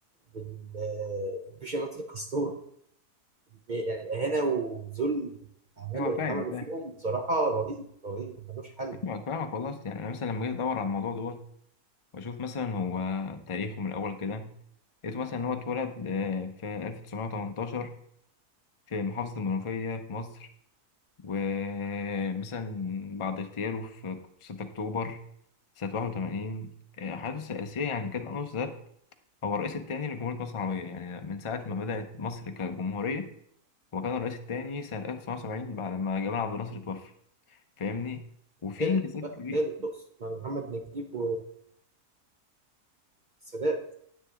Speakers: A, on the right (about 50°); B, on the left (about 45°).
A: بال- بشماتة الكاستور يعني إهانة وذل عملوا
B: هو فاهم
A: عملوا
B: فاهم
A: فيهم بصراحة رهيب رهيب ملوش حل
B: فاهمك فاهمك والله أصل يعني انا مثلا لما جيت ادور على الموضوع دوت واشوف مثلا هو تاريخه من الاول كده لقيته مثلا ان هو اتولد آه، في 1918 في محافظه المنوفيه في مصر ومثلا بعد اغتياله في 6 اكتوبر سنه 81 آه، حياته السياسيه يعني كان انور السادات هو الرئيس الثاني لجمهورية مصر العربية يعني من ساعة ما بدأت مصر كجمهورية هو كان الرئيس الثاني سنة 1970 بعد ما جمال عبد الناصر توفى فاهمني وفي
A: تالت
B: انجازات
A: بقى
B: كبيرة
A: تالت تقصد مع محمد نجيب السادات